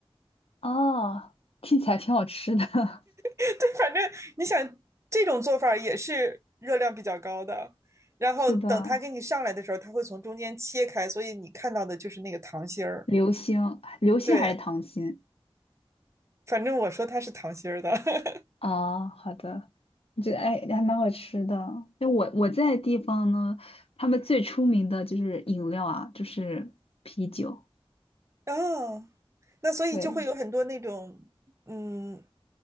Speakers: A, on the left (about 75°); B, on the right (about 30°).
A: 哦，听起来挺好吃的。<laughs>
B: <laughs> 对，反正你想这种做法也是热量比较高的，然后等它给你上来的时候，
A: 是的，
B: 它会从中间切开，所以你看到的就是那个糖心儿。
A: 流心，流心还是糖心？
B: 对，反正我说它是糖心儿的。<laughs>
A: 啊、好的，我觉得哎还蛮好吃的。
B: 嗯，
A: 那我我在的地方呢，他们最出名的就是饮料啊，就是啤酒。
B: 哦，那所以就会有很多那种，
A: 对。
B: 嗯，